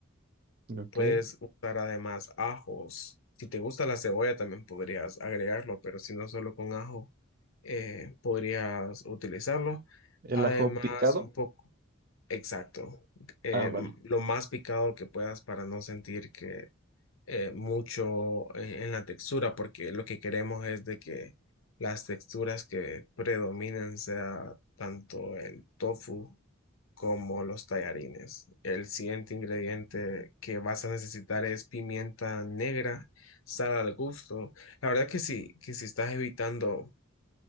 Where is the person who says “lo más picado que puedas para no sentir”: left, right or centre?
Left